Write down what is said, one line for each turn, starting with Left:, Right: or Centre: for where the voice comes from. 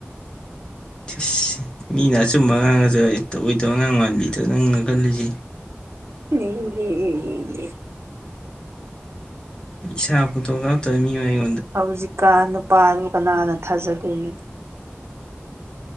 Left: ꯁꯤꯁ ꯃꯤꯅ ꯑꯆꯨꯝꯕ ꯉꯥꯡꯉꯁꯨ ꯍꯦꯛꯇ ꯑꯣꯏꯗꯕ ꯉꯥꯡ ꯃꯥꯜꯂꯤꯗꯣ ꯅꯪꯅ ꯈꯜꯂꯤꯖꯦ <inaudible>
Right: <unintelligible>
Left: ꯏꯁꯥ ꯐꯣꯇꯣ ꯀꯥꯞꯇꯕ ꯃꯤꯑꯣꯏ
Right: ꯍꯧꯖꯤꯛꯀꯥꯟ ꯅꯨꯄꯥꯗꯨ ꯀꯅꯥꯅ ꯊꯥꯖꯗꯣꯏꯅꯣ